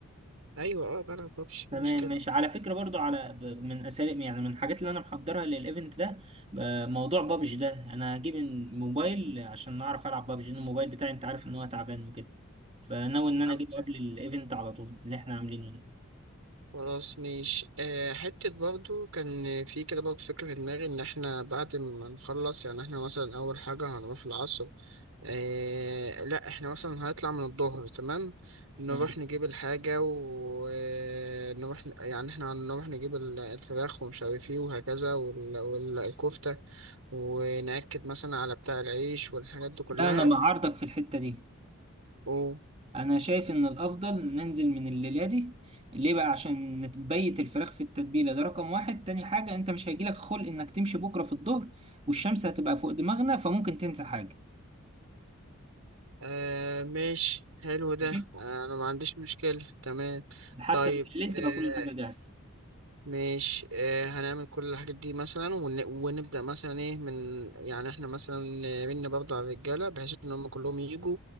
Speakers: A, on the right; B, on the right.
A: أيوة أه بلعب بابجي
B: تمام
A: مش كده
B: ماشي على فكرة برضو على ب- من اساليب يعني من الحاجات اللي انا محضرها للايفنت ده ب- موضوع بابجي ده انا هجيب الموبايل عشان اعرف العب بابجي لان الموبايل بتاعي انت عارف ان هو تعبان وكده فناوي ان انا
A: عم-
B: اجيبه قبل الايفنت على طول اللي احنا عاملينه ده
A: خلاص مش آه حتة برضه كان في كده برضه فكرة في دماغي إن احنا بعد ما نخلص يعني احنا مثلا أول حاجة هنروح العصر إيه لا احنا مثلا هنطلع من الظهر تمام نروح
B: مم.
A: نجيب الحاجة ونروح يعني احنا هنروح نجيب ال- الفراخ ومش عارف ايه وهكذا وال- وال- والكفتة ونأكد مثلا على بتاع العيش والحاجات دي كلها
B: لا انا مع عرضك في الحتة دي
A: و
B: انا شايف ان الافضل ننزل من الليلة دي ليه بقى عشان نبيت الفراخ في التتبيلة ده رقم واحد تاني حاجة انت مش هيجيلك خلق انك تمشي بكرة في الظهر والشمس هتبقى فوق دماغنا فممكن تنسى حاجة
A: آه ماشي حلو ده
B: ماشي
A: آه، انا ما عنديش مشكلة تمام
B: حتى
A: طيب
B: بالليل تبقى
A: آه،
B: كل حاجة جاهزة
A: ماشي آه، هنعمل كل الحاجات دي مثلا ون... ونبدأ مثلا ايه من يعني احنا مثلا من برضه على الرجالة بحيث ان هم كلهم يجوا